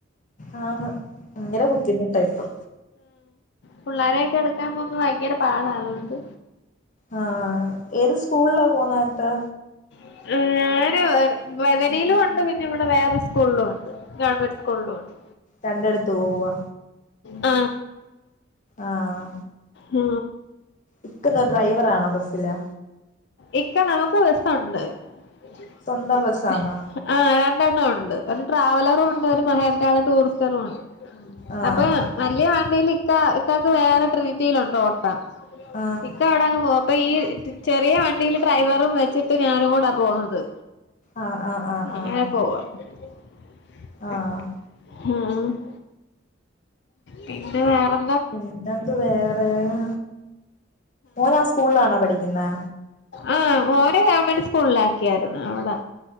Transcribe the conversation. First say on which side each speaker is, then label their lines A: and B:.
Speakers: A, on the left; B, on the left.
A: ആ... ഭയങ്കര ബുദ്ധിമുട്ടായിപ്പൊ.
B: പുള്ളേരെയൊക്കെ എടുക്കാൻ പോകുമ്പോൾ ഭയങ്കര പാടാ അതുകൊണ്ട്
A: ആ... ഏത് സ്കൂളിലാ പോണ് ന്ന്ട്ട്
B: <unintelligible> ഞാന് വേദനയിലും ഉണ്ട്. പിന്നെ ഇവിടെ വേറെ സ്കൂളിലും ഉണ്ട് ഗവൺമെന്റ് സ്കൂളിലുണ്ട്.
A: രണ്ടിടത്ത് പോവാ
B: ആ...
A: ആഹ....
B: ആ...
A: ഇക്കന്താ ഡ്രൈവറാണോ ബസ്സിലെ?
B: ഇക്ക നമുക്ക് ബസ്സുണ്ട്. <unintelligible>
A: സ്വന്തം ബസ്സാന്നോ
B: ആ... രണ്ടെണ്ണം ഉണ്ട് <inaudible> ട്രാവലറും ഉണ്ട് ഒരു മഹേദ്രടെ ടൂറിസ്റ്ററും ഉണ്ട്.
A: ആഹ്
B: അപ്പൊ വല്ല്യ വണ്ടിയില് ഇക്ക ഇക്കക്ക് വേറൊരു രീതിൽണ്ടോ ഓട്ട.
A: ആഹ്
B: ഇക്ക അവിടെ അങ്ങ് പോ. അപ്പൊ ഈ... ചെറിയ വണ്ടിൽ ഡ്രൈവറും വെച്ചിട്ട് ഞാനും കൂടാ പോന്നുന്നത്.
A: ആഹ് ആഹ് ആഹ്
B: എങ്ങനെ
A: ആഹ്
B: പോവാ <unintelligible>
A: ആഹ്
B: ആഹാ... പിന്ന വേറെ
A: പിന്നെന്ത് വേറെയാ... ഓന് ആ സ്കൂളിലാണോ പഠിക്കുന്നേ?
B: ആ് ഓരെ ഗവൺമെന്റ് സ്കൂളിലാക്കിയായിരുന്നു അവിടെ,